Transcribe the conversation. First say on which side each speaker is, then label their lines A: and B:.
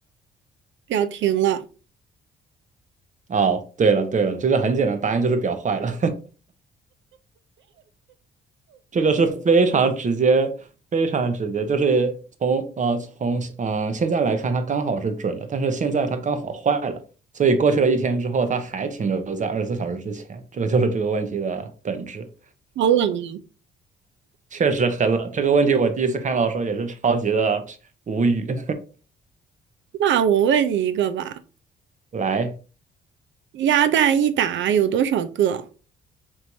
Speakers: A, on the right (about 70°); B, on the right (about 40°).
A: 表停了，
B: 哦，对了对了，这个很简单，答案就是表坏了，<laughs> 这个是非常直接，非常直接，就是从呃从呃现在来看，它刚好是准的，但是现在它刚好坏了，所以过去了一天之后，它还停留在二十四小时之前，这个就是这个问题的本质。
A: 好冷啊。
B: 确实很冷。这个问题我第一次看到的时候也是超级的无语。<laughs>
A: 那我问你一个吧，
B: 来，
A: 鸭蛋一打有多少个？